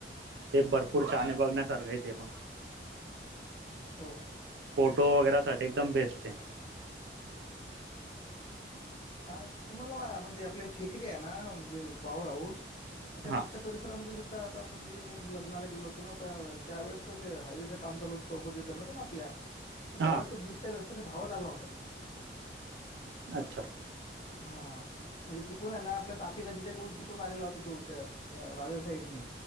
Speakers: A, on the right; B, on the left.
A: ते बरपूर ताणे बघण्यासारखं आहे ते पण.
B: हो.
A: फोटो वगेरा साठी एकदम बेस्ट हे.
B: अ, तुम्हाला म्हणजे आपली फेकरी आहे ना, म्हणजे पॉवर हाऊस - त्याच्या
A: हा
B: मागच्या परिसरामध्ये सुद्धा आता म्हणजे मी एक लग्नाला गेलो होतो ना, तर त्यावेेळेस तर, ते हायवेचं काम चालू होतं. चौपदरी करणाचं ना आपल्या?
A: हा
B: त्यावेळेस, तो बिबट्या रस्त्याने धावत आला होता. तिथं.
A: अच्छा!
B: हा, म्हणजे तिकडून आहे ना, आपल्या तापी नदीच्याकडून, तिकडून आलेला होता. तो त्या रावेर साईडनी.